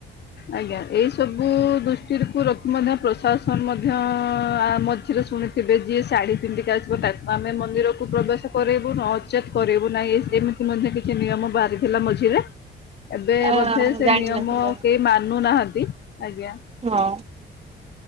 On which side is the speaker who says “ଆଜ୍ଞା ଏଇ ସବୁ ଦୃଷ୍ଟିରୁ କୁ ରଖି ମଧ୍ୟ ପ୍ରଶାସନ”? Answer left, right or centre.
Left